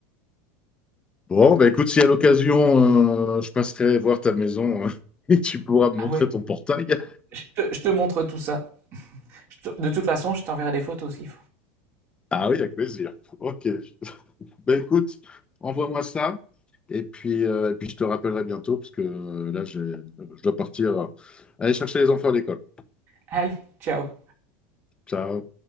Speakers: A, on the left; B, on the right.
A: Bon, bah écoute, si à l'occasion, euh, je passerai voir ta maison euh, <laughs> et tu pourras me
B: Ah
A: montrer
B: ouais,
A: ton portail.
B: je te, je te montre tout ça. De toute façon, je t'enverrai des photos aussi.
A: Ah oui, avec plaisir. Ok. Bah écoute, envoie-moi ça et puis, euh, et puis je te rappellerai bientôt parce que euh, là, j'ai- je dois partir euh, aller chercher les enfants à l'école.
B: Allez, ciao
A: Ciao.